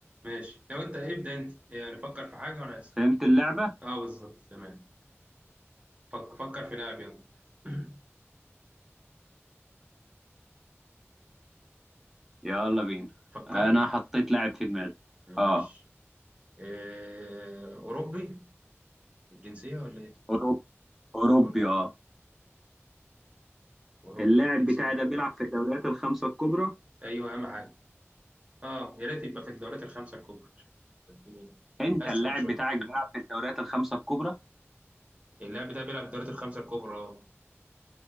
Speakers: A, on the right; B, in the centre.
A: ماشي لو انت إيه، ابدا انت يعني فكر في حاجه وانا اسف
B: فهمت اللعبه
A: اه بالظبط تمام فك فكر في لعب يلا <coughs>
B: يلا بينا
A: <clears throat> فكرت
B: انا حطيت لاعب في دماغي
A: ماشي
B: اه
A: إيه... اوروبي الجنسيه ولا ايه
B: اوروبي اوروبي
A: أوروبي.
B: اه
A: وأوروبي
B: اللاعب
A: الجنسية
B: بتاعي ده بيلعب في الدوريات الخمسه الكبرى
A: أيوه أهم حاجة أه يا ريت يبقى في الدوريات الخمسة الكبرى عشان الدنيا
B: انت
A: أسهل
B: اللاعب
A: شوية
B: بتاعك بيلعب في الدوريات الخمسه الكبرى
A: اللاعب ده بيلعب في الدوريات الخمسة الكبرى أه